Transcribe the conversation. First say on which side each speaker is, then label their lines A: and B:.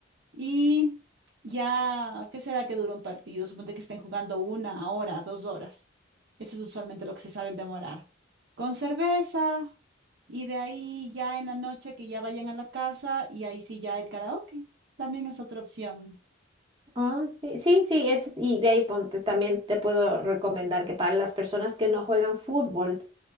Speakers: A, on the right; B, on the right.
A: y... Ya, ¿qué será que dura un partido? Suponte que estén jugando una hora, dos horas. Eso es usualmente lo que se saben demorar. Con cerveza y de ahí ya en la noche que ya vayan a la casa y ahí sí ya el karaoke. También es otra opción.
B: Ah, sí, sí, sí, es, y de ahí ponte, también te puedo recomendar que para las personas que no juegan fútbol,